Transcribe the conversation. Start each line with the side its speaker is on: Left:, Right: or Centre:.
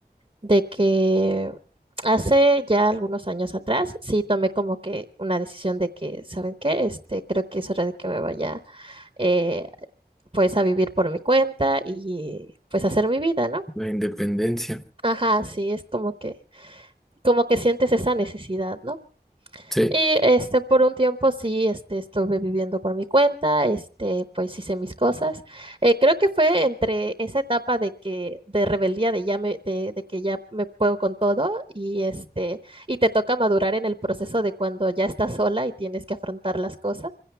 Right: de que hace ya algunos años atrás sí tomé como que una decisión de que, ¿saben qué? Este, creo que es hora de que me vaya eh, pues a vivir por mi cuenta y pues hacer mi vida, ¿no?
Centre: La independencia.
Right: Ajá, sí, es como que, como que sientes esa necesidad, ¿no?
Centre: Sí,
Right: Y este, por un tiempo sí, este, estuve viviendo por mi cuenta, este, pues hice mis cosas. Eh, creo que fue entre esa etapa de que, de rebeldía, de ya me, de, de que ya me puedo con todo, y este, y te toca madurar en el proceso de cuando ya estás sola y tienes que afrontar las cosas.